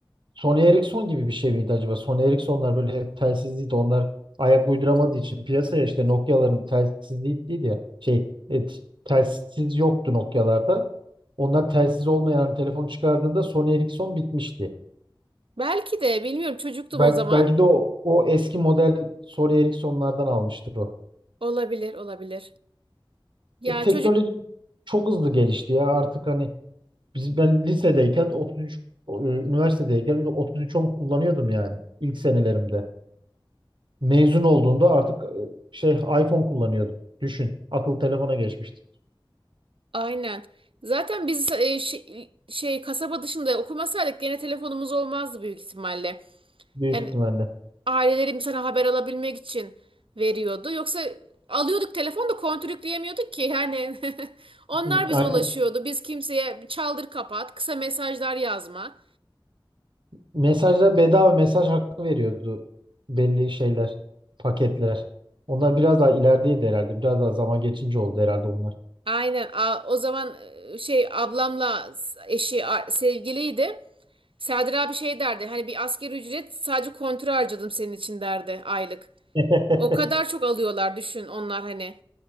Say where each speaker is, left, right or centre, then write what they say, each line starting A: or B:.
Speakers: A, on the right (about 60°); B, on the right (about 80°).
A: Sony Ericsson gibi bir şey miydi acaba? Sony Ericsson'lar böyle hep telsizliydi. Onlar ayak uyduramadığı için piyasaya işte Nokia'ların telsizliği değil ya. Şey, et, telsiz yoktu Nokia'larda. Onlar telsiz olmayan hani telefon çıkardığında Sony Ericsson bitmişti.
B: Belki de bilmiyorum çocuktum
A: Bel
B: o zaman.
A: belki de o, o eski model Sony Ericsson'lardan almıştır o.
B: Olabilir olabilir. Ya
A: E, teknoloji
B: çocuk
A: çok hızlı gelişti ya. Artık hani Biz, ben lisedeyken 33, o, e, üniversitedeyken otuz üç on kullanıyordum yani ilk senelerimde. Mezun olduğumda artık e, şey iPhone kullanıyordum. Düşün, akıllı telefona geçmiştik
B: Aynen. Zaten biz e, şey, şey, kasaba dışında okumasaydık gene telefonumuz olmazdı büyük ihtimalle.
A: büyük
B: Yani
A: ihtimalle.
B: ailelerim sana haber alabilmek için veriyordu. Yoksa alıyorduk telefonu da kontürkleyemiyorduk ki yani. <laughs> Onlar
A: Hı,
B: bize
A: Aynen.
B: ulaşıyordu. Biz kimseye çaldır kapat, kısa mesajlar yazma.
A: Mesajlar bedava mesaj hakkı veriyordu belli şeyler, paketler. Onlar biraz daha ilerideydi herhalde. Biraz daha zaman geçince oldu herhalde onlar.
B: Aynen. A- o zaman e, şey ablamla s- eşi a- sevgiliydi. Serdar abi şey derdi. Hani bir asgari ücret sadece kontrol harcadım senin için derdi aylık.
A: <laughs>
B: O kadar çok alıyorlar düşün onlar hani.